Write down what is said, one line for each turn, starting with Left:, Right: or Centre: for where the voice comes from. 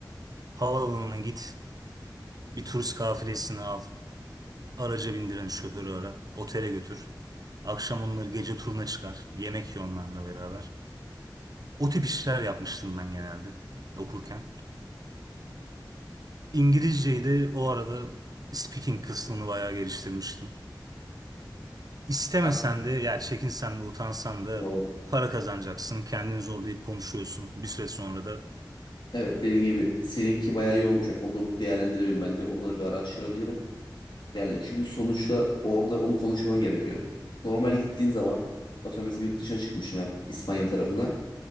Right: Havaalanına git, bir turist kafilesini al, araca bindiren şoförü ara, otele götür. Akşam onları gece turuna çıkar, yemek ye onlarla beraber. O tip işler yapmıştım ben genelde okurken. İngilizceyi de o arada speaking kısmını bayağı geliştirmiştim. İstemesen
Left: Abi,
Right: de ya çekinsen de utansan da
Left: e,
Right: para kazanacaksın. Kendini zorlayıp konuşuyorsun. Bir süre sonra da
Left: Evet dediğin gibi seninki bayağı iyi olmayacak. Onu değerlendirebilirim ben de. Onları bir araştırabilirim. Yani çünkü sonuçta orada onu konuşman gerekiyor. Normal gittiğin zaman atıyorum mesela yurt dışına çıkmışım ben İspanya tarafına.